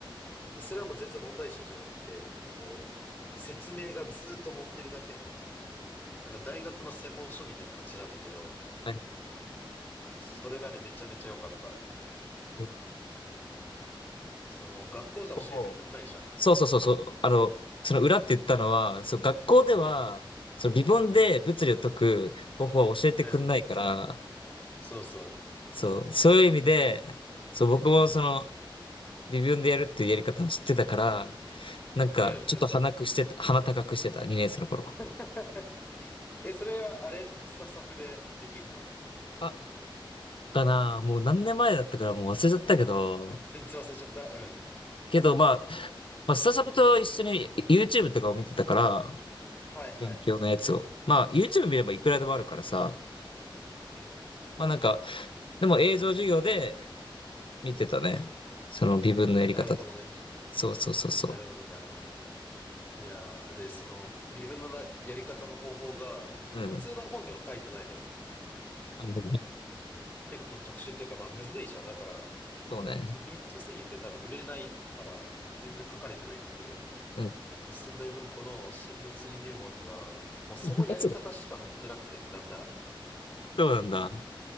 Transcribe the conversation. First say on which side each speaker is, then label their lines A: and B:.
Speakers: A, on the left; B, on the left.
A: で、それはもう全然問題集じゃなくて、こう、説明がずーっと載ってるだけの、なんか大学の専門書みたいな感じなんだけど、
B: はい
A: それがね、めちゃめちゃ良かった。
B: 結
A: その、学校じゃ教えてくんないじゃん。
B: 構そうそうそうそう。あの、その裏って言ったのは、そう、学校では、
A: うん、
B: その微分で物理を解く方法は教えてくんないから、
A: うん、そうそ
B: そう、そういう意味で、そう、僕もその、
A: う。うん、
B: 微分でやるっていうやり方を知ってたから、なんか、
A: うん、うん。
B: ちょっと鼻くしてた、鼻高くしてた、2年生の頃。
A: <laughs> え、それはあれ、スタサプでできんの
B: あ、かな、もう何年前だったからもう忘れちゃったけど、
A: え忘れちゃった。うん。
B: けど、まあ、まあ、スタジャブと一緒に YouTube とかを見てたから、
A: はいはい。
B: 勉強のやつを。まあ、YouTube 見ればいくらでもあるからさ。
A: うん。
B: まあなんか、でも映像授業で見てたね。その微分のやり方とか。
A: なるほどね。
B: そうそうそうそ
A: なるほど、なるほど。いやー、で、その、自分のな、やり方の方法が、
B: う。
A: 普通の本には書いてないのよ。
B: うん。あるね
A: 結構特殊っていうか、まあ、むずいじゃん。だから、
B: そうね。
A: そうニッチすぎて多分売れないから、全然書かれてないんだけど、
B: うん。
A: 寸大文庫の新物理入門には、もうそのやり方しか載ってなくて、
B: <laughs> そう
A: なんなら。
B: そうなんだ。